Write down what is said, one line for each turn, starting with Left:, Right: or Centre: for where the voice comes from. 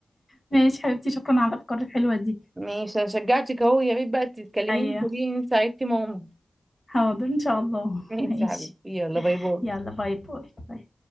Left: ماشي حبيبتي شكرا على الافكار الحلوه دي
Right: ماشي انا شجعتك اهو يا ريت بقى تتكلميني
Left: ايوه
Right: تقولي لي ان ساعدتي ماما
Left: حاضر ان شاء الله <laughs>
Right: ماشي
Left: ماشي
Right: يا حبيبتي يلا باي باي
Left: يلا باي باي باي